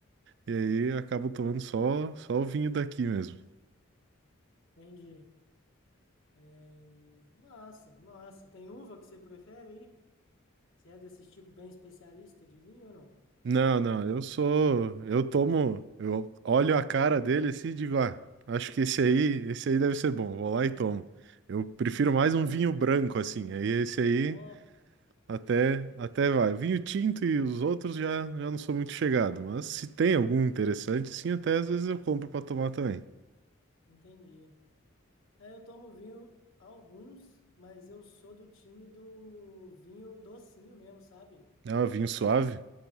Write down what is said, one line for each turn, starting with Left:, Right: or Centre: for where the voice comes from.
Right: e aí acabo tomando só, só o vinho daqui mesmo.
Left: Entendi. É, Massa, massa. Tem uva que você prefere aí? Você é desses tipo bem especialista de vinho ou não?
Right: Não, não, eu sou, eu tomo, eu olho a cara dele assim e digo, ah, acho que esse aí, esse aí deve ser bom, vou lá e
Left: Tá
Right: tomo.
Left: bom.
Right: Eu prefiro
Left: É,
Right: mais
Left: eu vou
Right: um
Left: assim
Right: vinho
Left: também.
Right: branco assim, aí esse aí
Left: Ó,
Right: Até, até vai. O vinho tinto e os outros já, já não sou muito chegado, mas se tem algum interessante, sim, até às vezes eu compro para tomar também.
Left: entendi. É, eu tomo vinho alguns, mas eu sou do time do vinho docinho mesmo, sabe?
Right: Ah, vinho suave?